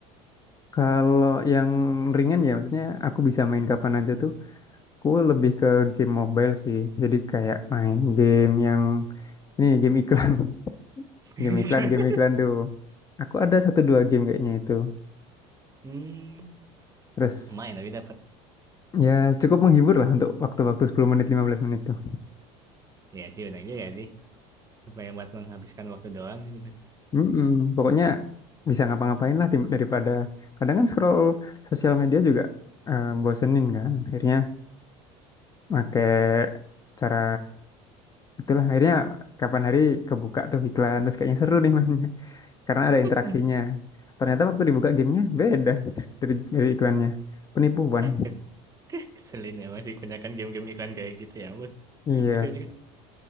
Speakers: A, on the left; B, on the right.
A: Kalau yang ringan ya, maksudnya aku bisa main kapan aja tuh. Aku lebih ke game mobile sih. Jadi kayak main game yang ini game iklan, <laughs>
B: <laughs>
A: game iklan, game iklan tuh. Aku ada satu dua game kayaknya itu.
B: Hmm,
A: Terus
B: lumayan tapi dapat.
A: ya cukup menghibur lah untuk waktu-waktu 10 menit 15 menit tuh.
B: Ya sih benar juga sih. Supaya buat menghabiskan waktu doang sih benar.
A: Mm-mm. Pokoknya bisa ngapa-ngapain lah tim- daripada kadang kan scroll sosial media juga eh, bosenin kan. Akhirnya pakai cara itulah akhirnya kapan hari kebuka tuh iklan terus kayaknya seru nih mainnya. karena ada
B: <laughs>
A: interaksinya. Ternyata waktu dibuka gamenya beda <laughs> dari, dari iklannya. Penipuan.
B: Kes- Keselin emang sih kebanyakan game-game iklan kayak gitu ya ampun.
A: Iya.
B: Bingung sih juga